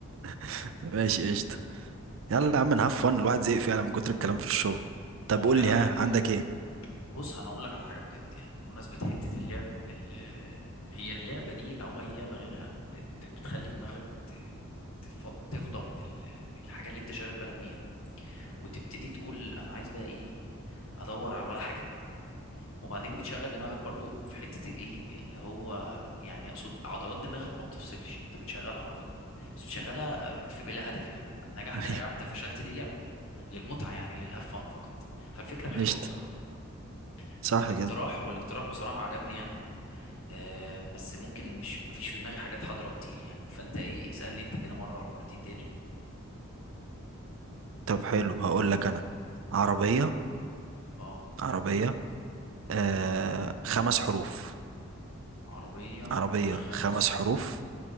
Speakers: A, on the right (about 60°); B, on the left (about 70°).
A: <laughs> ماشي قشطة يلا يا عم نهاف فن الواحد زهق فعلا من كتر الكلام في الشغل
B: هو
A: طب
B: فعلا
A: قول لي ها عندك ايه
B: بص انا اقول لك على حاجه بجد يعني بمناسبه حته اللعب ال- آه، هي اللعبه دي او اي لعبه غيرها بت بتخلي دماغك ت- تف- تفضى من ال- من الحاجه اللي انت شاغل بالك بيها وتبتدي تقول انا عايز بقى ايه ادور على ولا حاجه وبعدين بتشغل دماغك برضو في حتة الايه اللي هو يعني اقصد عضلات دماغك ما بتفصلش انت بتشغلها برضو بس بتشغلها آه، في بلا هدف يعني نجحت
A: <laughs>
B: نجحت
A: ايوه
B: فشلت دي لعبة للمتعة يعني للهاف فان فقط فالفكرة حلوة
A: قشطة
B: بصراحة
A: صح
B: والاقتراح
A: كده
B: والاقتراح بصراحة عجبني يعني آه بس ممكن مش ما فيش في دماغي حاجات حاضرة كتير يعني فانت ايه اسألني انت كده مرة ولا مرتين تاني
A: طب حلو هقول لك انا عربية
B: اه
A: عربية آه خمس حروف
B: عربية
A: عربية
B: خمس
A: خمس
B: حروف
A: حروف